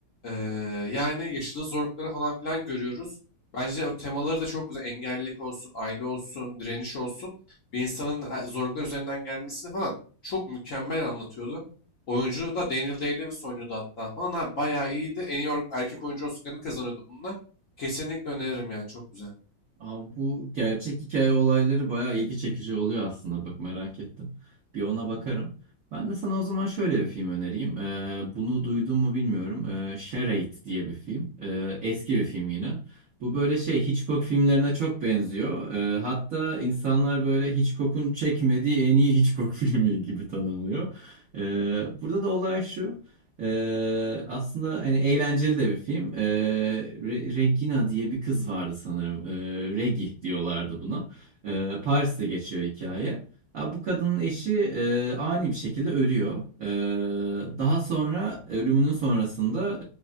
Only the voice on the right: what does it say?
Abi bu gerçek hikaye olayları bayağı ilgi çekici oluyor aslında. Bak merak ettim. Bir ona bakarım. Ben de sana o zaman şöyle bir film önereyim. Ee, bunu duydun mu bilmiyorum. Ee, Charade diye bir film. Ee, eski bir film yine. Bu böyle şey Hitchcock filmlerine çok benziyor. Ee, hatta insanlar böyle Hitchcock'un çekmediği en iyi Hitchcock <laughs> filmi gibi tanımlıyor. Ee, burada da olay şu. Ee, aslında hani eğlenceli de bir film. Ee, Re- Regina diye bir kız vardı sanırım. Ee, Regi diyorlardı buna. Ee, Paris'te geçiyor hikaye. Ha, bu kadının eşi e, ani bir şekilde ölüyor. Ee, daha sonra ölümünün sonrasında